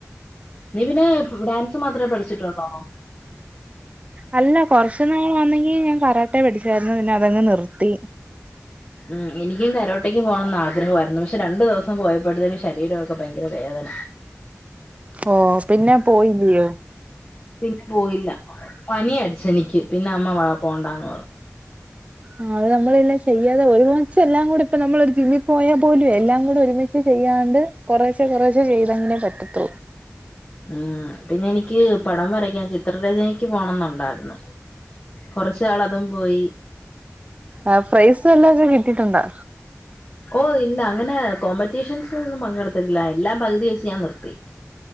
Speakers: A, on the left; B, on the right.
A: നീ പിന്നെ ഡാൻസ് മാത്രമേ പഠിച്ചിട്ടുള്ളോ
B: അല്ല കൊറച്ചുനാൾ വന്നെങ്കി ഞാൻ കരാട്ടേ പടിച്ചായിരുന്നു പിന്നെ അതങ്ങ് നിർത്തി
A: ഉ എനിക്കും കരോട്ട ട്ടക്ക്‌ പോണന്ന ആഗ്രഹമായിരുന്നു പക്ഷെ രണ്ടു ദിവസം പോയപ്പോഴത്തേന് ശരീരൊക്കെ ഭയങ്കര വേദന
B: ഓ പിന്നെ പൊയില്ലിയോ
A: പിന്നെ പോയില്ല പനി അടിച്ചനിക്ക് പിന്നെ അമ്മ വ പോണ്ടാന്ന് പറഞ്ഞു
B: ആ അത് <unintelligible> ചെയ്യാതെ ഒരുമിച്ച് എല്ലാം കൂടി ഇപ്പ നമ്മള ഒരു ജിമ്മിൽ പോയാൽ പോലും എല്ലാം കൂടെ ഒരുമിച്ച് ചെയ്യാണ്ട് കൊറേശെ കൊറേശെ ചെയ്തങ്കിലെ പറ്റത്തുള്ളൂ
A: ഉം പിന്നെ എനിക്ക് പടം വരക്കാൻ ചിത്രരചനയ്ക്ക് പോണംന്നുണ്ടായിരുന്നു കൊറച്ച്നാള് അതും പോയി
B: ആ പ്രൈസ് വല്ലോക്കെ കിട്ടിട്ടുണ്ടാ?
A: ഓ ഇല്ല അങ്ങനെ കോമ്പറ്റീഷൻസ്‌ലൊന്നും പങ്കെടുത്തിട്ടില്ല എല്ലാം പകുതി വെച്ച് ഞാൻ നിർത്തി.